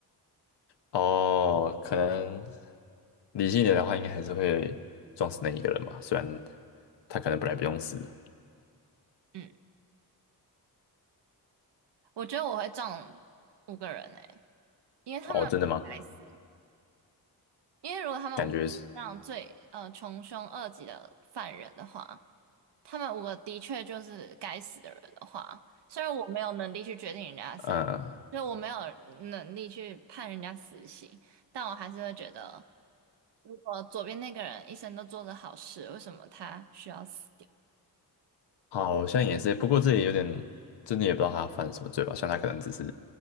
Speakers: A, on the left; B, on the right.
A: 哦，可能理性一点的话，应该还是会撞死那一个人吧，虽然他可能本来不用死
B: 嗯，我觉得我会撞五个人诶，因为他们不该死。
A: 哦，真的吗？
B: 因为如果他们五个都是那种最呃穷凶恶极的犯人的话，
A: 感觉是，
B: 他们五个的确就是该死的人的话，虽然我没有能力去决定人家的生，
A: 嗯，
B: 就我没有能力去判人家死刑，但我还是会觉得，如果左边那个人一生都做着好事，为什么他需要死掉？
A: 好像也是，不过这也有点，真的也不知道他犯了什么罪吧，像他可能只是